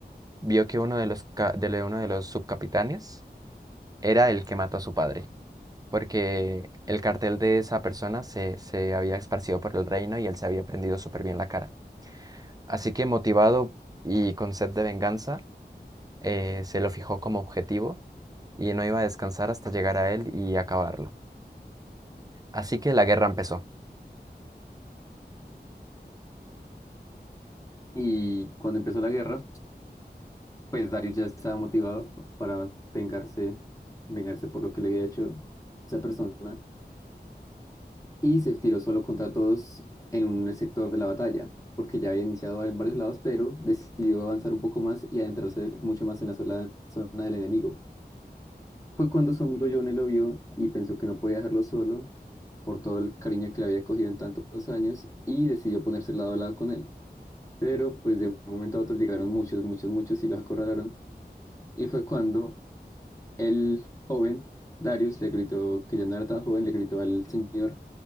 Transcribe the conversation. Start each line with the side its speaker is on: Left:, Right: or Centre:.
Right: vio que uno de los, ca- de uno de los subcapitanes era el que mató a su padre, porque el cartel de esa persona se, se había esparcido por el reino y él se había prendido súper bien la cara. Así que motivado y con sed de venganza, eh, se lo fijó como objetivo y no iba a descansar hasta llegar a él y acabarlo. Así que la guerra empezó.
Left: y cuando empezó la guerra, pues Darius ya estaba motivado para vengarse, vengarse por lo que le había hecho esa persona y se tiró solo contra todos en un sector de la batalla, porque ya había iniciado en varios lados, pero decidió avanzar un poco más y adentrarse mucho más en la sola zona del enemigo. Fue cuando su amigo Johnny lo vio y pensó que no podía dejarlo solo por todo el cariño que le había cogido en tantos años y decidió ponerse lado a lado con él. Pero pues de un momento a otro llegaron muchos, muchos, muchos y los acorralaron. Y fue cuando el joven Darius le gritó, que ya no era tan joven, le gritó al señor